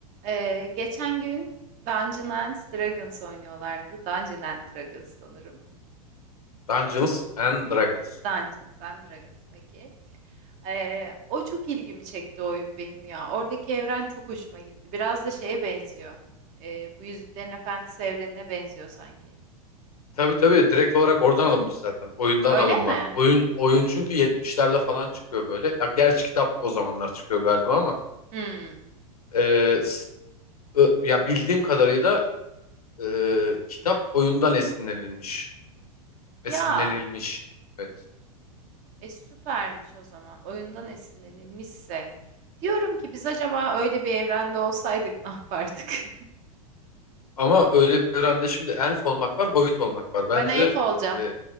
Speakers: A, on the right; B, on the left.
A: Ee, geçen gün Dungeons and Dragons oynuyorlardı. Dungeons and Dragons sanırım.
B: Dungeons and Dragons.
A: Dungeons and Dragons peki. Ee, o çok ilgimi çekti oyun benim ya. Oradaki evren çok hoşuma gitti. Biraz da şeye benziyor. Ee, bu Yüzüklerin Efendisi evrenine benziyor sanki.
B: Tabii tabii direkt olarak oradan alınmış zaten. Oyundan
A: Öyle
B: alınma.
A: mi?
B: Oyun oyun çünkü 70'lerde falan çıkıyor böyle. Ya gerçi kitap da o zamanlar çıkıyor galiba ama
A: Hmm.
B: e, s- ö- ya bildiğim kadarıyla e, kitap oyundan esinlenilmiş.
A: Ya,
B: Esinlenilmiş. Evet.
A: e süpermiş o zaman. Oyundan esinlenilmişse. Diyorum ki biz acaba öyle bir evrende olsaydık ne yapardık? <laughs>
B: Ama öyle bir evrende şimdi elf olmak var, hobbit olmak var. Bence
A: Ben elf olacağım.
B: e,